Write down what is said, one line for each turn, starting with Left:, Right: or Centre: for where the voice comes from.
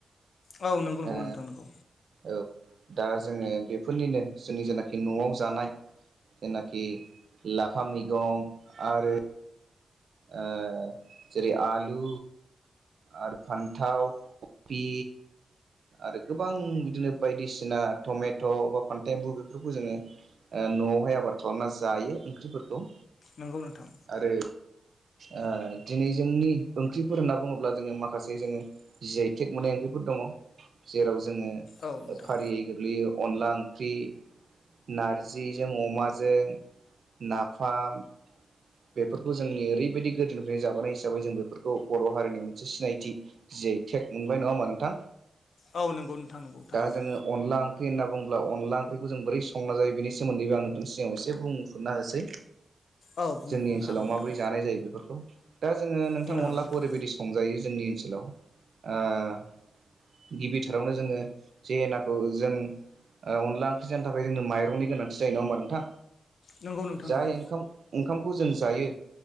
Left: औ नंगौ नंगौ
Right: ओ
Left: नोंथां नोंगौ
Right: औ दा जोंनि बेफोरनिनो जोंनि जेनाखि न'आव जानाय जेनाखि लाफा मैगं आरो ओ जेरै आलु आरो फान्थाव कपि आरो गोबां बिदिनो बायदिसिना टमेट' बा फान्थ एम्बु बेफोरखौ जोङो न'आवहाय आबाद खालामना जायो ओंख्रिफोरखौ
Left: नंगौ नोंथां
Right: आरो ओ दिनै जोंनि ओंख्रिफोर होनना बुङोब्ला जोङो माखासे जोङो जियाय तेक मोननाय ओंख्रिफोर दङ जेराव जोङो
Left: औ नोंथां
Right: फारियै गोग्लैयो अनला ओंख्रि नारजिजों अमाजों नाफाम बेफोरखौ जोंनि ओरैबायदि गोदोनिफ्रायनो जाबोनाय हिसाबै जों बेफोरखौ बर' हारिनि मोनसे सिनायथि जियै टेक मोनबाय नङा होमा नोंथां
Left: औ नंगौ नोंथां नंगौ थारैनो
Right: दा जोङो अनला ओंख्रि होनना बुङोब्ला अनला ओंख्रिखौ जों बोरै संना जायो बेनि सोमोन्दैबो आं नोंथांनि सिगाङाव एसे बुंफुनो होसै
Left: औ बुंनो
Right: जोंनि ओनसोलाव
Left: हागोन नोंथां
Right: माबोरै जानाय जायो बेफोरखौ दा जोङो नोंथां
Left: बुंनो हागोन
Right: अनलाखौ
Left: नोंथां
Right: ओरैबायदि संजायो जोंनि ओनसोलाव ओ गिबिथारावनो जोङो जे नाखौ जों ओ अनला ओंख्रि जानो थाखाय जोंनो माइरंनि गोनांथि जायो नङा होमबा नोंथां
Left: नंगौ नोंथां नंगौ
Right: जाय ओंखाम ओंखामखौ जों जायो